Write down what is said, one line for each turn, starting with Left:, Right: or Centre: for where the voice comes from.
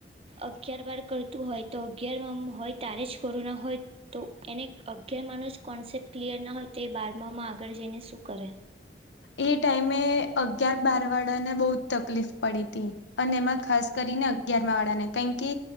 Right: અગિયાર બાર કરતું હોય તો અગિયારમા માં હોય ત્યારે જ કોરોના હોય તો એને અગિયારમાંનો જ કોન્સેપ્ટ ક્લિયર ના હોય તો એ બારમાં માં આગળ જઈને શું કરે?
Left: એ ટાઈમે અગિયાર બાર વાળા ને બહુ જ તકલીફ પડી તી. અને એમાં ખાસ કરીને અગિયાર માં વાળા ને. કે,